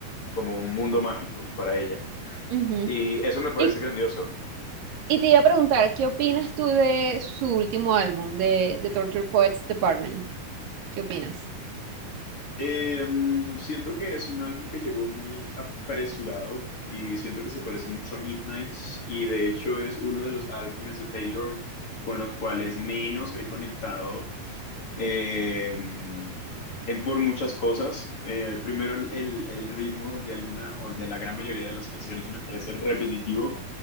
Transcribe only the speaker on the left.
como un mundo mágico para ella.
Y eso me parece
grandioso.
Eh, siento que es un álbum que llegó muy apresurado y siento que se parece mucho a Midnights y de hecho es uno de los álbumes de Taylor con los cuales menos he conectado eh, en por muchas cosas. Eh, primero, el, el ritmo de alguna o de la gran mayoría de las canciones me parece repetitivo.